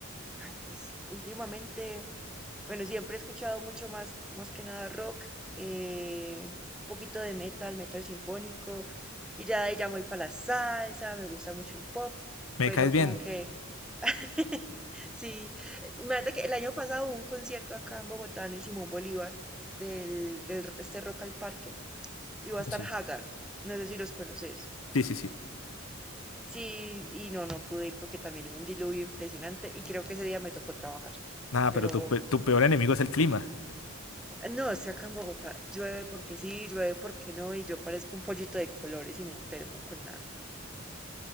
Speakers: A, in the centre; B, on the left.
A: ay, pues últimamente, bueno, siempre he escuchado mucho más, más que nada rock, eh, un poquito de metal, metal sinfónico, y ya de ahí ya me voy para la salsa, me gusta mucho el pop,
B: ¿Me
A: pero
B: caes bien?
A: como que, <laughs> sí, imagínate que el año pasado hubo un concierto acá en Bogotá, en el Simón Bolívar, del, del- este Rock al Parque. y va a estar
B: Oh, Sí.
A: Haggard. No sé si los conoces.
B: Sí, sí, sí.
A: Sí, y no, no pude ir porque también hubo un diluvio impresionante y creo que ese día me tocó trabajar.
B: Nada,
A: Pero
B: pero tu, pe- tu peor enemigo es el clima.
A: no, es que acá en Bogotá llueve porque sí, llueve porque no y yo parezco un pollito de colores y me enfermo con nada.